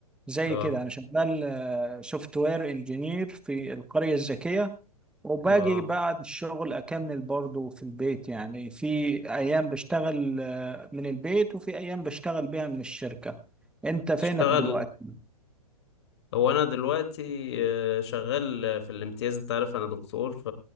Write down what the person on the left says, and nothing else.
اه
حلو اه
تشتغل
هو انا دلوقتي آه، شغال في الامتياز انت عارف انا دكتور ف